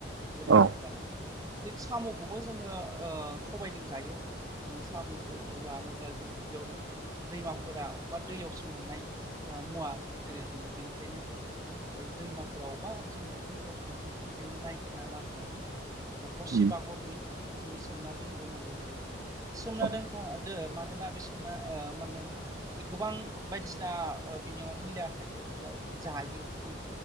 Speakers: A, on the right (about 20°); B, on the right (about 80°).
A: गोदौहोब्लानो
B: औ
A: थिग साम'खौबो ओ जोङो सबायजों जायो। जोङो साम'खौ जानोब्ला जों गिबियावनो दैमाफोराव बा दैयावसो मोननाय ओ मुवा जेरै जोङो बेनिखायनो ओ दैमाफोराव बबा जों फुख्रिफोराव थांनानै गिबियावनो नायगिरना लाबोनानै अखरसे
B: उम,
A: बा हरनै जोङो सोमना दोनग्रोनांगौ जायो सोमना
B: औ
A: दोनखा औ मानोना बे समना ओ मानो होनो बे गोबां बायदिसिना ओ बिनियाव मैला थायो एबा जायो खि